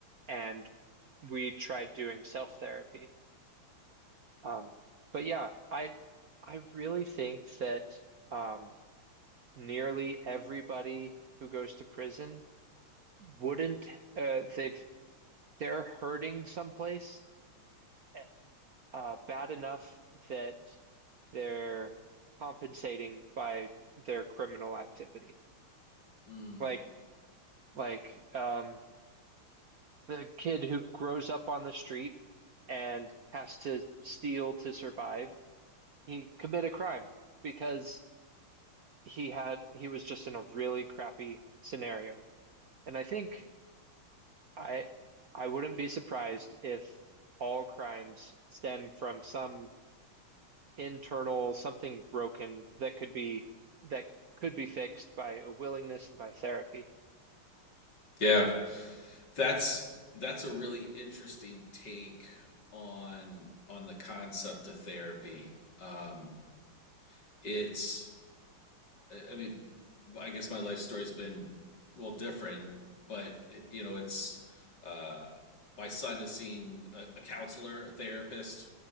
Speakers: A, on the right; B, on the left.
A: and we tried doing self therapy. Um, but yeah, I I really think that um, nearly everybody who goes to prison wouldn't uh, they've they're hurting someplace eh, uh, bad enough that they're compensating by their criminal activity.
B: Hmm.
A: Like like um, the kid who grows up on the street and has to steal to survive, he commit a crime because he had he was just in a really crappy scenario. And I think I I wouldn't be surprised if all crimes stem from some internal something broken that could be that could be fixed by a willingness and by therapy.
B: Yeah. That's that's a really interesting take on on the concept of therapy. Um, it's I, mean, I guess my life story's been well different, but you know, it's uh, my son has seen a, a counselor, a therapist,